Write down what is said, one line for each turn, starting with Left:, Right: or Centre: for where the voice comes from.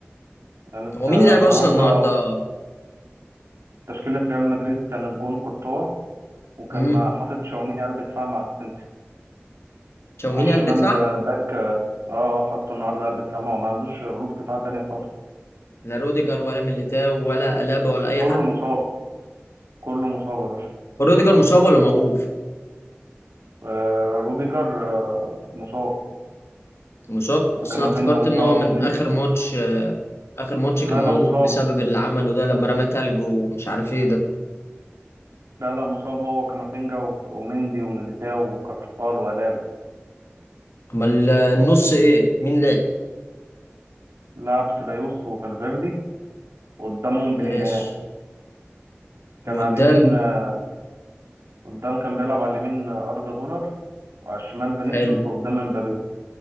Right: يعني انت
Left: هو مين لعب
Right: النهارده
Left: اصلا النهارده
Right: تشكيله ريال مدريد كان الجون كورتوا وكان
Left: امم
Right: حاطط شاوميني قلب دفاع مع اسينسيو
Left: تشاوميني
Right: على الشمال
Left: قلب دفاع
Right: آه، باك اه آه، حطه النهارده قلب دفاع ما هو ما عندوش قلوب دفاع تانية خالص
Left: لا روديجر ولا ميليتاو ولا الابا ولا اي
Right: كله
Left: حد
Right: مصاب كله مصاب يا باشا
Left: هو روديجر مصاب ولا موقوف
Right: آه، روديجر آه، مصاب
Left: مصاب
Right: وكامافينجا
Left: اصل انا افتكرت
Right: مصاب
Left: ان هو من
Right: ومند
Left: اخر ماتش
Right: و-
Left: اخر ماتش
Right: لا
Left: كان
Right: لا
Left: موقوف
Right: مصاب
Left: بسبب اللي عمله ده لما رمى تلج ومش عارف ايه ده
Right: لا لا مصاب هو وكامافينجا وف- ومندي وميليتاو وكارفخال وألابا
Left: امال النص ايه مين لعب
Right: لعب سيبايوس وفالفيردي وقدامهم
Left: ماشي
Right: بلينجهام
Left: وقدام
Right: كان على اليمين آه، قدام كان بيلعب على اليمين آه، أردا جولر وعلى الشمال فينيسيوس
Left: حلو
Right: وقدام مبابي